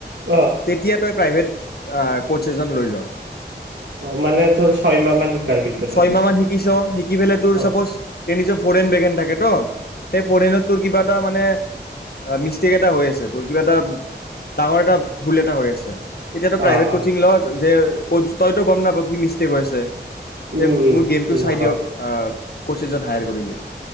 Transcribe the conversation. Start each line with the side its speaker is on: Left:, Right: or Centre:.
Right: অ
Left: তেতিয়া তই প্ৰাইভ ক' এ লৈ ল <unintelligible>
Right: অ, মানে তোৰ ছয় মাহ মান শিকাৰ পিছত
Left: ছয়মাহ
Right: আৰু
Left: মান শিকিছ শিকি পেললে তোৰ
Right: অ
Left: চাপজ তেনিজ ফোন বেগেন থাকে ত স ফৰেনত তোৰ কিবা এটা মানে মিষ্টেক এটা হৈ আছে, তোৰ কিবা এটা ডাঙৰ এটা ভুল এটা হৈ আছে। এতিয়াটো
Right: অ
Left: প্ৰাইভেট
Right: অ
Left: কচিং ল। যে ক-তইতো গম নাপ কি মিষ্টেক হৈছে।
Right: উম
Left: তে
Right: উম
Left: মোৰ গেমটো
Right: উম
Left: চাই দিয়ক
Right: অ
Left: কোচ এছজন হায়াৰ কৰিলে